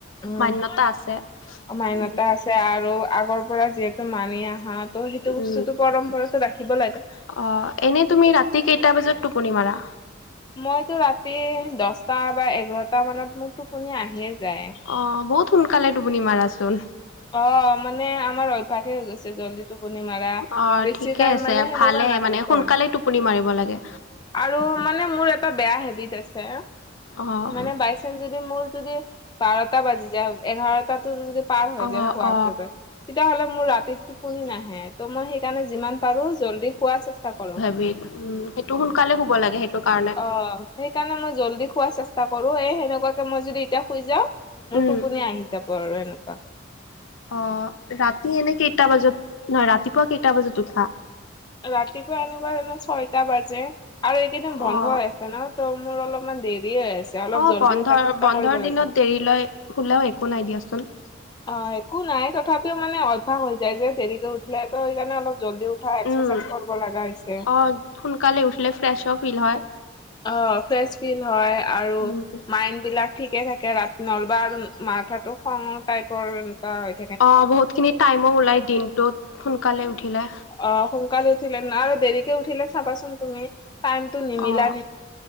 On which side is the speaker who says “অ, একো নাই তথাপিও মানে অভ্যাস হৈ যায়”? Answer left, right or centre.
Left